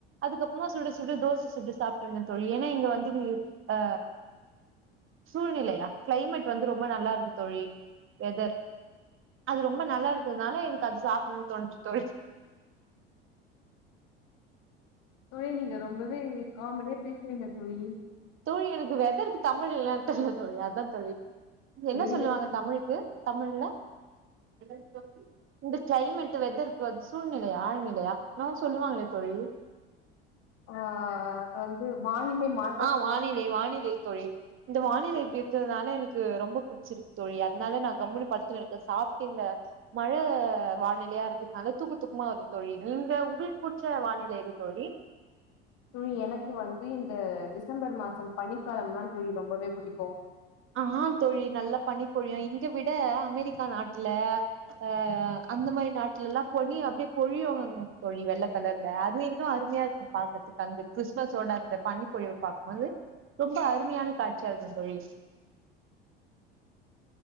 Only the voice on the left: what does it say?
தோழி நீங்க ரொம்பவே காமெடியா பேசுறீங்க தோழி
சேரிங்க
தோழி
ஆ அது வந்து வானிலை மா
தோழி எனக்கு வந்து இந்த டிசம்பர் மாசம் பனிக்காலம் தா தோழி ரொம்பவே புடிக்கு